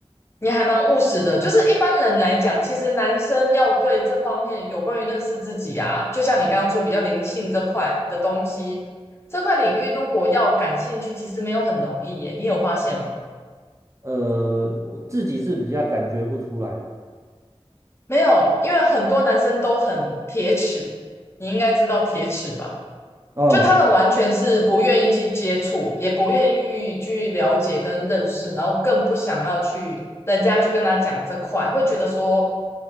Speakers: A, on the left (about 25°); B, on the right (about 30°).
A: 你还蛮务实的。就是一般人来讲，其实男生要对这方面有关于认识自己啊，就像你刚刚说比较灵性这块的东西，这块领域如果要感兴趣，其实没有很容易耶。你有发现吗？
B: 呃，我自己是比较感觉不出来了。
A: 没有，因为很多男生都很铁齿，你应该知道铁齿吧？
B: 嗯
A: 就他们完全是不愿意去接触，也不愿意去了解跟认识，然后更不想要去人家去跟他讲这块，会觉得说